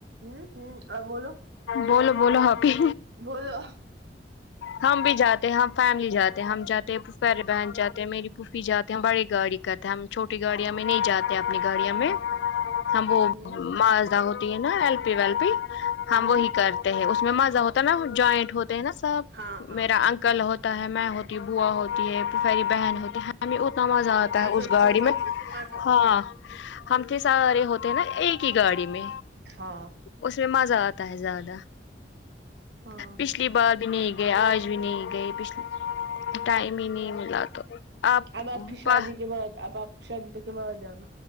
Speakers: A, on the right; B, on the left.
A: ہوں ہوں اور بولو
B: بولو بولو حبی
A: بولو
B: ہم بھی جاتے ہیں ہم فیملی جاتے ہیں ہم جاتے ہیں پھوپیرے بہن جاتے ہیں میری پوفی جاتے ہیں ہم بڑی گاڑی کرتے ہم چھوٹی گاڑی میں نہیں جا اپنی گاڑیاں میں
A: اچھا
B: ہم وہ
A: ہوں
B: مجدہ ہوتی ہے نا ایل پی ویل پی ہم
A: ہوں
B: وہی کرتے ہیں اس میں مزہ ہوتا ہے نا جوائنٹ ہوتے ہیں نا سب
A: ہاں ہاں
B: میرا انکل ہوتا ہوتا میں ہوتی بوا ہوتی ہے پھپھیری بہن ہوتی ہے ہمیں اتنا مزہ
A: ہاں
B: آتا
A: کزن
B: ہے اس گاڑی
A: وزنس
B: میں
A: ان کو مزہ آتا
B: ہاں
A: ہے
B: ہم کے سارے ہوتے ہیں نا ایک کی گاڑی میں
A: ہاں
B: اس میں مزہ آتا ہے زیادہ
A: ہاں
B: پچھلی بار بھی نہیں گئے آج بھی نہیں گئے پچھلی ٹائم ہی نہیں ملا تو آپ
A: اب کی شادی
B: پ
A: کے بعد اب آپ شادی کے بعد جانا